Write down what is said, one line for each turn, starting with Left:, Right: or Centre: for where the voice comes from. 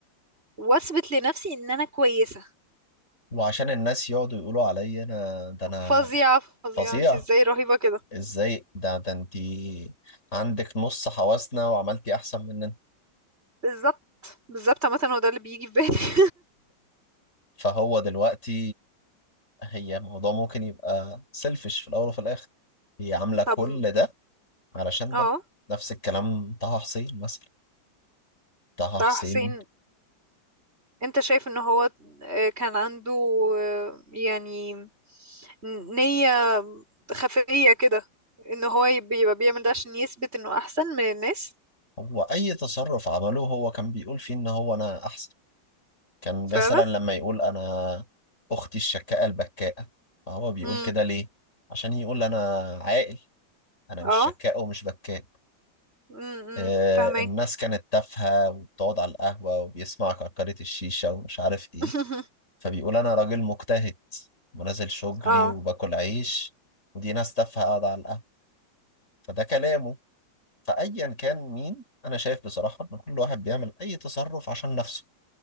Right: واثبت لنفسي ان انا كويسة
Left: وعشان الناس يقعدوا يقولوا عليا انا ده انا
Right: فظيعة فظيعة
Left: فظيع
Right: انت ازاي رهيبة كده
Left: ازاي ده ده انتي عندك نص حواسنا وعملتي احسن مننا
Right: بالظبط بالظبط عامة هو ده اللي بيجي في بالي <laughs>
Left: فهو دلوقتي هي الموضوع ممكن يبقى سيلفش في الأول وفي الآخر هي عاملة كل
Right: طب
Left: ده علشان
Right: اه
Left: ده نفس الكلام طه حسين مثلا طه
Right: طه
Left: حسين
Right: حسين انت شايف ان هو آه، كان عنده آه، يعني نية خفية كده ان هو بيبقى بيعمل ده عشان يثبت انه احسن من الناس
Left: هو أي تصرف عمله هو كان بيقول فيه إن هو أنا أحسن كان
Right: فعلا
Left: مثلا لما يقول أنا أختي الشكاءة البكاءة فهو بيقول
Right: امم
Left: كده ليه؟ عشان يقول أنا عاقل أنا
Right: اه
Left: مش شكاء ومش بكاء
Right: امم
Left: آه،
Right: فهمك
Left: الناس كانت تافهة وبتقعد على القهوة وبيسمع كركرة الشيشة ومش عارف إيه
Right: <laughs>
Left: فبيقول أنا راجل مجتهد ونازل شغلي
Right: اه
Left: وباكل عيش ودي ناس تافهة قاعدة على القهوة فده كلامه فأيا كان مين أنا شايف بصراحة إن كل واحد بيعمل أي تصرف عشان نفسه